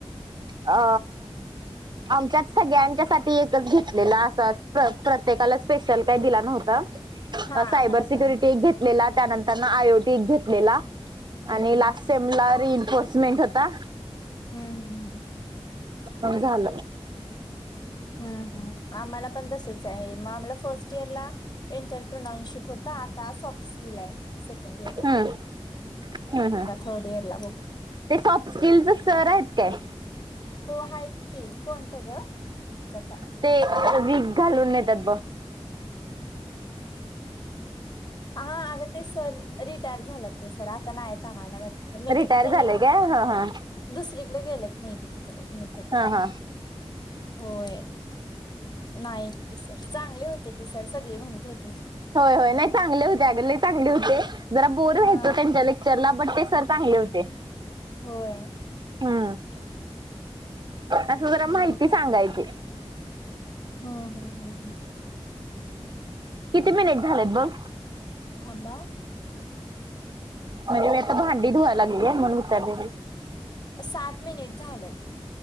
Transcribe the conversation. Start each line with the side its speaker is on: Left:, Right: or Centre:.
Right: अ आमच्यात सगळ्यांच्या साठी एक घेतलेला असाच, प्रत्येकाला स्पेशल काय दिला नव्हतं,
Left: हा
Right: अ सायबर
Left: आम्हाला
Right: सिक्युरिटीच
Left: पण
Right: एक घेतलेला त्यानंतरनं आयोटिक घेतलेला,
Left: हम्म
Right: आणी लास्ट
Left: हम्म
Right: समला रि एनफोर्समेंट होता
Left: हम्म हम्म हम्म
Right: मग झालं.
Left: हम्म हम्म आम्हाला पण तसच आहे, मग आम्हाला फर्स्ट इयरला एंटरप्रनानशिप होता आता सॉफ्ट स्किल आहे. सेकेंड ईयर,
Right: हम्म हम्म हम्म
Left: आता थर्ड इयरला बघु
Right: ते सॉफ्ट स्किलच सर आहेत काय?
Left: हो आहेत की,, कोणतं ग? जता त्यांचं
Right: ते
Left: नाव
Right: वीग घालून येत्यात बग
Left: हा अग ते सर, रिटायर झालेत ते सर, आता नाही येत आम्हाला. मे
Right: रिटायर
Left: बी त्यांनी
Right: झालंय
Left: कुठ,
Right: काय ह ह
Left: दुसरीकडे गेलंत मे बी त तिकडं कुणीकं तरी.
Right: ह ह
Left: होय,, नाहीत ते सर, चांगले होते ते सर सगळे म्हणत होते.
Right: होय होय नाही चांगले होते अग लय चांगले होते, जरा बोर व्हायच़
Left: हा
Right: त्यांच्या लेक्चर चर्ला बट ते सर चांगले होते.
Left: होय.
Right: हं, असं जरा
Left: हम्म
Right: माहिती सांगायची.
Left: हम्म हम्म हम्म
Right: किती मिनिट झालेत बघ?
Left: थांबा
Right: म्हणजे मी आता भांडी धुवा लागलीये म्हणून विचारलेली.
Left: सात मिनिटं झाल्यात.